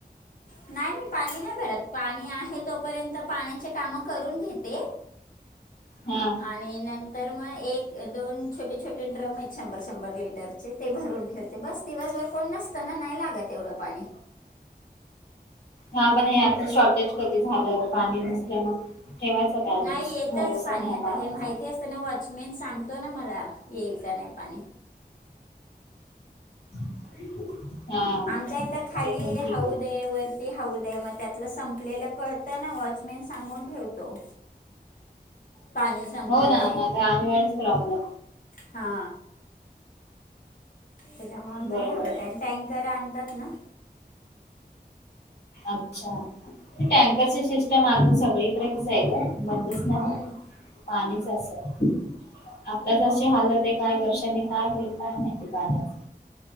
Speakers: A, on the left; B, on the left.
A: नाही मी पाणी नाही भरत पाणी आहे तोपर्यंत पाण्याचे काम करून घेते
B: हा
A: आणि नंतर मग एक दोन छोटे छोटे ड्रम आहेत शंभर शंभर लिटरचे ते भरून ठेवते बस दिवसभर कोण नसत ना नाही लागत एवढं पाणी
B: हा पण हे आता शॉर्टेज कधी झालं पाणी नसलं मग ठेवायचा बॅलन्स
A: नाही येतच
B: भरोसा
A: पाणी
B: नाही
A: आता
B: पाण्याचा
A: हे माहिती असताना वॉचमेन सांगतो ना मला येईल का नाही पाणी
B: <unintelligible> ते
A: आमच्या इथं खाली
B: पण ठीक
A: हौद आहे वरती हौद आहे मग त्यातलं संपलेलं कळतं ना वॉचमॅन सांगून ठेवतो पाणी संपलय
B: हो ना नाही तर आणि वेळेस प्रॉब्लेम
A: हा त्यामुळे
B: बरोबर
A: नाही एवढ काय टँकर आणतात ना
B: अच्छा ती टँकरची सिस्टम अजून सगळी तिकडे कस आहे ग बंदच नाही
A: हम्म.
B: होत पाणी कसय आताच अशी हालत आहे काय वर्षाने काय होईल काय माहिती पाण्याच